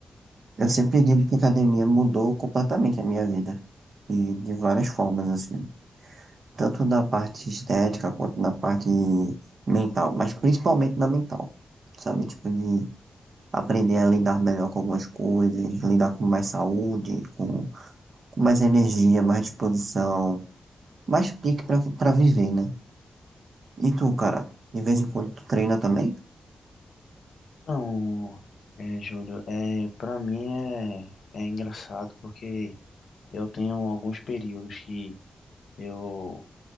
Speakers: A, on the right; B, on the left.
A: eu sempre digo que a academia mudou completamente a minha vida. E de várias formas, assim. Tanto na parte estética quanto na parte mental. Mas principalmente na mental. Sabe? Tipo, de aprender a lidar melhor com algumas coisas, lidar com mais saúde, com, com mais energia, mais disposição, mais pique pra, pra viver, né? E tu, cara, de vez em quando tu treina também?
B: Então, é, Júlio, é, para mim é, é engraçado porque eu tenho alguns períodos que eu